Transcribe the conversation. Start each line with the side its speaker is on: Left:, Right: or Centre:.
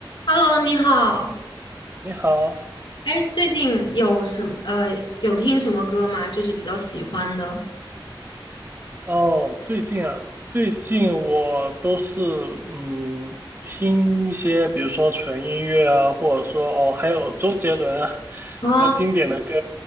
Left: Hello，你好。
Right: 你好，
Left: 哎，最近有什么呃有听什么歌吗？就是比较喜欢的。
Right: 哦，最近啊，最近我都是嗯听一些，比如说纯音乐啊，或者说哦，还有周杰伦啊，
Left: 哦
Right: 比较经典的歌，